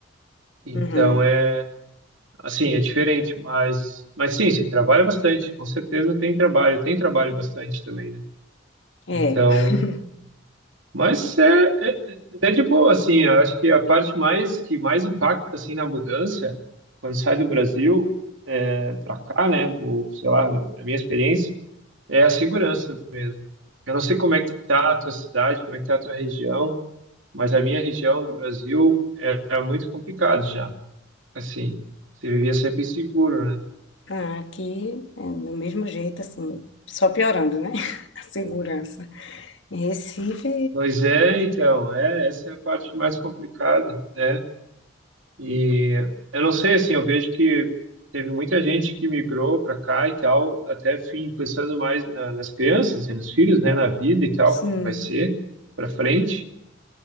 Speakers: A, on the right; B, on the left.
A: Então
B: uhum,
A: é assim, é diferente, mas mas sim, se trabalha bastante, com certeza tem trabalho, tem trabalho bastante também, né?
B: é.
A: Então
B: <laughs>
A: Mas é, é, é de boa, assim, eu acho que a parte mais que mais impacta, assim, na mudança, quando sai do Brasil é, para cá, né, ou sei lá, a minha experiência, é a segurança. Eu não sei como é que tá a tua cidade, como é que tá a tua região, mas a minha região do Brasil é, é muito complicado já, assim, você vivia sempre inseguro, né?
B: Ah, Aqui é do mesmo jeito, assim, só piorando, né? <laughs> A segurança. Em Recife,
A: Pois é, então, é, essa é a parte mais complicada, né? E eu não sei, assim, eu vejo que teve muita gente que migrou para cá e tal, até fim pensando mais na, nas crianças e nos filhos, né, na vida e tal,
B: sim,
A: como vai ser para frente,